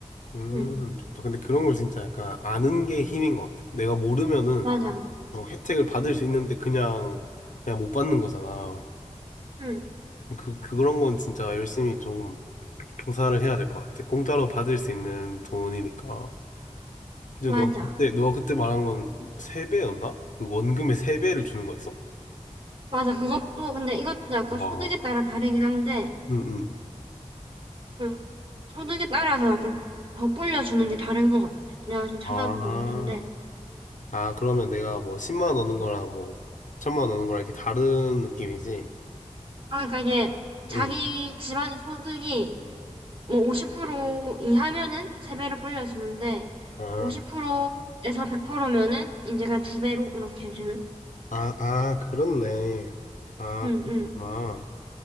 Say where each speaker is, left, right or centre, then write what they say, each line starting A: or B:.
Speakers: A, on the left; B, on the right.
A: 음,
B: 응,
A: 좋다. 근데 그런 걸 진짜 약간 아는 게 힘인 것 같아. 내가 모르면은
B: 맞아.
A: 어, 혜택을 받을 수 있는데 그냥, 그냥 못 받는 거잖아.
B: 응,
A: 그, 그런 건 진짜 열심히 좀 조사를 해야 될 것 같아. 공짜로 받을 수 있는 돈이니까. 지금
B: 맞아.
A: 너 음. 그때 너 그때 말한 건 세배였나그 원금의 세배를 주는 거였어?
B: 맞아. 그것도, 근데 이것도 약간
A: 와.
B: 소득에 따라 다르긴 한데,
A: 응응.
B: 응, 소득에 따라서 약간 더 불려주는 게 다른 것 같아. 내가 지금 찾아보고
A: 아.
B: 있는데.
A: 아, 그러면 내가 뭐 10만 원 넣는 거랑 뭐 천만원 넣는 거랑 이렇게 다른 느낌이지?
B: 아, 그러니까 이게 자기
A: 응.
B: 집안의 소득이 뭐 50% 이하면은 세배로 불려주는데,
A: 아,
B: 50%에서 100%면은 이제 그냥 두배로 이렇게 해주는?
A: 아, 아, 그렇네. 아,
B: 응, 응.
A: 아.